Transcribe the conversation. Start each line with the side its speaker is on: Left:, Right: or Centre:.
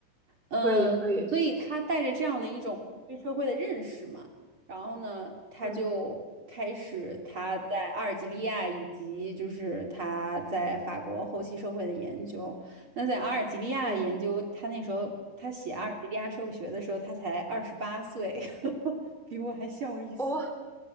Right: 嗯，
Centre: 可以可以，
Right: 所以他带着这样的一种对社会的认识嘛，然后呢，他就开始他在阿尔及利亚以及就是他在法国后期社会的研究。
Centre: 嗯
Right: 那在阿尔及利亚的研究，
Centre: 嗯，
Right: 他那时候他写阿尔及利亚社会学的时候，他才二十八岁，<laughs> 比我还小一岁，
Centre: 哦，